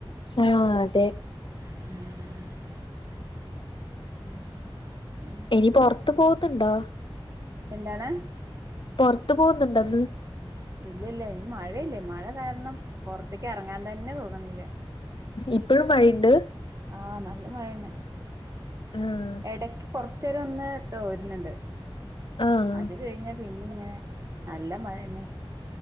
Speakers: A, on the left; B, on the right.
A: ആഹ് അതെ
B: ഉം ഉം ഉം
A: നി പൊറത്ത് പോകത്ത്ണ്ടോ
B: എന്താണ്
A: പൊറത്ത് പോകുന്നുണ്ടോ ഇന്ന്
B: ഇല്ല ഇല്ല അയ്‌ന് മഴയില്ലേ മഴ കാരണം പൊറത്തേക്ക് എറങ്ങാൻ തന്നെ തോന്ന്ണില്ല.
A: ഇപ്പഴും മഴയിണ്ട്
B: ആഹ് നല്ല മഴന്നെ
A: ആഹ്
B: എടയ്ക്ക് കൊറച്ചേരൊന്ന് തോര്ണ്ണണ്ട്
A: ആഹ്
B: അത് കഴിഞ്ഞാ പിന്നിങ്ങനെ നല്ല മഴന്നെ